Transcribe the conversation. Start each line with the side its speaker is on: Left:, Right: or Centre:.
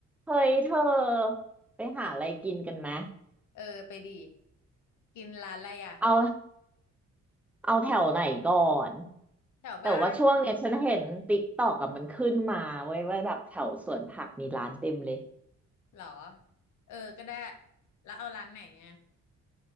Centre: เฮ้ยเธอไปหาอะไรกินกันไหม
Left: เออเออไปดีกินร้านอะไรอ่ะ
Centre: เอาเอาแถวไหนก่อน
Left: แถวบ้าน
Centre: แต่ว่าช่วงเนี้ยฉันเห็นติ๊กตอกกับมันขึ้นมาเว้ยว่าแบบแถวสวนผักมีร้านเต็มเลย
Left: เหรอเออก็ได้แล้วเอาร้านไหนอ่ะ